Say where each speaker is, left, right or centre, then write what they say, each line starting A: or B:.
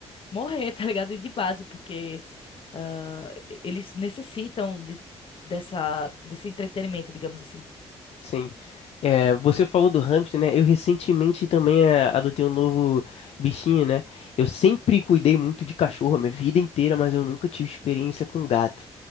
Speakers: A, on the left; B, on the left.
A: morrer, <laughs> tá ligado? E de base, porque ah, eles necessitam de- dessa, desse entretenimento, digamos assim.
B: Sim. É, você falou do hamster, né? Eu recentemente também é, adotei um novo bichinho, né? Eu sempre cuidei muito de cachorro a minha vida inteira, mas eu nunca tive experiência com gato.